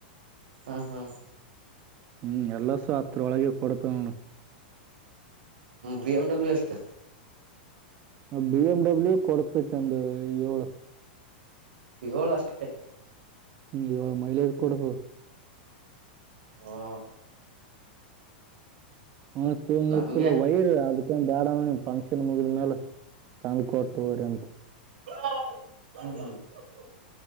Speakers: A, on the right (about 75°); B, on the right (about 35°).
A: ಹಾ ಹಾ
B: ಹ್ಮ್ ಎಲ್ಲಸು ಹತ್ರೊಳಗೆ ಕೊಡತವ ನೋ
A: ಬಿ ಎಮ್ ಡಬ್ಲ್ಯೂ ಅಷ್ಟೇ
B: ಬಿ ಎಮ್ ಡಬ್ಲ್ಯೂ ಕೊಡ್ತೈತಿ ಒಂದು ಏಳು
A: ಏಳುಷ್ಟೇ
B: ಹ್ಮ್ ಇವಾಗ ಮೈಲೇಜ್ ಕೊಡ <unintelligible>
A: ಹಾ
B: ಹ
A: ನಮ್ಗೆ
B: ವೈರ್ ಅದಕ್ಕೆ <unintelligible> ಬ್ಯಾಡಮ್ ಫಂಕ್ಷನ್ ಮುಗಿದ ಮೇಲೆ ತಂದ್ ಕೊಟ್ಟು್ರ
A: ಹ ಹೌ ಹಾ <unintelligible>